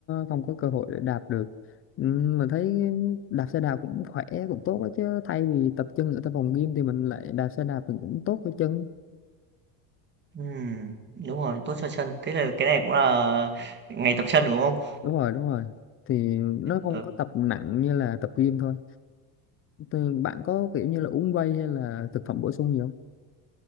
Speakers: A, on the left; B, on the right.
A: không có cơ hội để đạp được Ừ, mình thấy đạp xe đạp cũng khỏe cũng tốt ấy, chứ thay vì tập chân ở tại phòng gym thì mình lại đạp xe đạp thì cũng tốt cho chân
B: Ừ, đúng rồi, tốt cho chân. Thế là cái này cũng là ngày tập chân, đúng không?
A: đúng rồi đúng rồi thì nó không
B: Ừ.
A: có tập nặng như là tập gym thôi Thì bạn có kiểu như là uống whey hay là thực phẩm bổ sung gì không